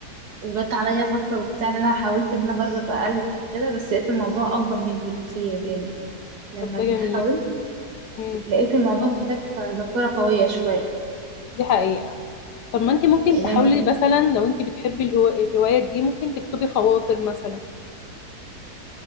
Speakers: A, on the right (about 65°); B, on the left (about 80°).
A: وجت عليا فترة وبتاع إن أنا حاولت إن أنا أجرب أألف وكده بس لقيت الموضوع أكبر مني بكتير يعني لما
B: طب ده جميل
A: جيت حاولت
B: امم
A: لقيت الموضوع محتاج ذاكرة قوية شوية
B: دي حقيقة طب ما انتي ممكن
A: لأن
B: تحاولي
A: أنت
B: مثلا لو انتي بتحبي الهو... الهواية دي ممكن تكتبي خواطر مثلا